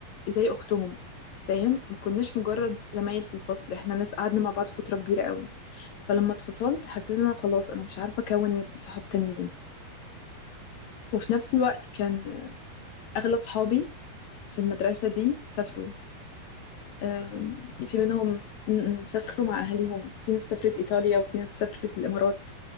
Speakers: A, on the left; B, on the right.
A: زي اختهم فاهم ما كناش مجرد
B: أه
A: زمايل في الفصل احنا ناس قعدنا مع بعض فتره كبيره قوي فلما اتفصلت حسيت ان انا خلاص انا مش عارفه اكون صحاب تانيين وفي نفس
B: يجي-
A: الوقت كان
B: أه
A: اغلى صحابي في المدرسه دي سافروا آم،
B: سافروا
A: في منهم م- م، سافروا مع أهاليهم في ناس سافرت إيطاليا وفي ناس سافرت الإمارات